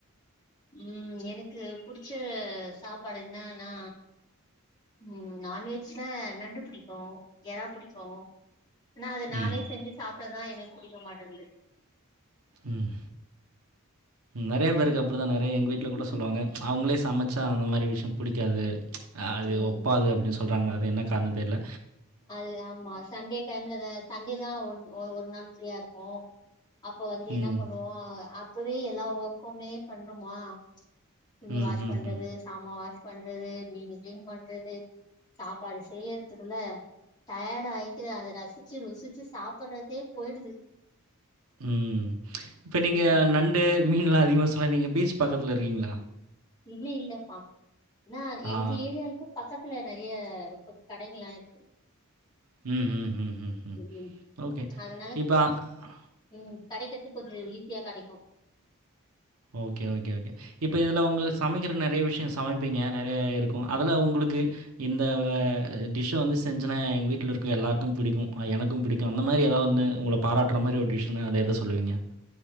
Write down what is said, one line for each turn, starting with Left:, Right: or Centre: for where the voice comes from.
Left: ம் எனக்கு புடிச்ச சாப்பாடு என்னானா ம் நான்வெஜ்ல நண்டு புடிக்கு எறா புடிக்கு ஆனா அது நானே
Right: ம்
Left: செஞ்சு சாப்ட்டாதா எனக்கு புடிக்க மாட்டன்து
Right: ம் நெறைய பேருக்கு அப்புடி தா நெறைய எங்க வீட்ல
Left: இருக்கு
Right: கூட சொல்லுவாங்க அவங்களே சமைச்சா அந்த மாரி விஷியம் புடிக்காது அது
Left: ம்
Right: ஒப்பாது அப்டின்னு சொல்றாங்க அது என்ன காரணம் தெர்ல
Left: அது ஆமா சண்டே டைம்லதா சண்டே தா ஒரு நாள் ஃப்ரீயா இருப்போ அப்ப வந்து என்ன
Right: ம்.
Left: பண்ணுவோ அப்பவே எல்லா ஒர்க்குமே பண்றமா துணி
Right: ம்.
Left: வாஷ்
Right: ம்.
Left: பண்றது
Right: ம்.
Left: சாம வாஷ் பண்றது மீனு கிளீன் பண்றது சாப்பாடு செய்யறதுக்குல டயாட் ஆயிட்டு அத ரசிச்சு ருசிச்சு சாப்பறதே போயிடுது
Right: ம் இப்பா நீங்க
Left: ம்
Right: நண்டு மீன்லா அதிகமா சொல்ல நீங்க பீச் பக்கத்துல இருக்கீங்ளா
Left: இல்ல இல்லப்பா ஆனா
Right: ஆ.
Left: எங்க ஏரியாக்கு பக்கத்துலெநிறைய கொஞ்ச கடைங்கள்லா இருக்கு
Right: ம் ம் ம் ம்ம்
Left: ம்
Right: ஓகே
Left: அதனால
Right: இப்ப ஆ
Left: ம் கெடைக்கற்து கொஞ்சம் ஈஸியா கடைக்கு
Right: ஓகே ஓகே ஓகே இப்ப இதுல உங்க சமைக்கிற நெறைய விஷ்யம் சமைப்பிங்க நெறைய இருக்கு அதல உங்களுக்கு இந்த ஆ டிஷ் வந்து செஞ்சனா எங்க வீட்ல இருக்க எல்லாருக்கு பிடிக்கு எனக்கு பிடிக் கு அந்த மாரி ஏதாவது வந்து உங்கள பாராட்டுர மாரி ஒரு டிஷ்ன அத எத சொல்லுவீங்க